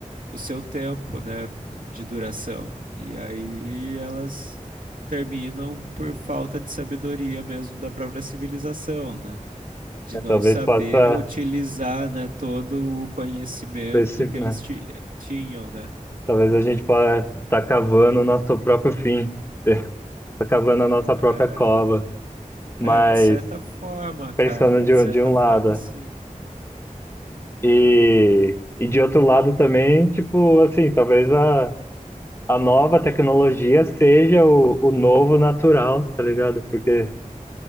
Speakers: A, on the right; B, on the left.
A: o seu tempo, né, de duração. E aí elas terminam por falta de sabedoria mesmo da própria civilização, né? De
B: É,
A: não
B: Talvez
A: saber
B: possa,
A: utilizar, né, todo o conhecimento
B: esse,
A: que eles
B: né?
A: ti- tinham, né?
B: Talvez a gente possa estar cavando o nosso próprio fim, tá cavando a nossa própria
A: É,
B: cova, mas
A: é, de certa forma, cara,
B: pensando de,
A: de
B: um-
A: certa
B: de um
A: forma,
B: lado. né?
A: sim.
B: E, e de outro lado também, tipo, assim, talvez a, a nova tecnologia seja o, o novo natural, tá ligado? Porque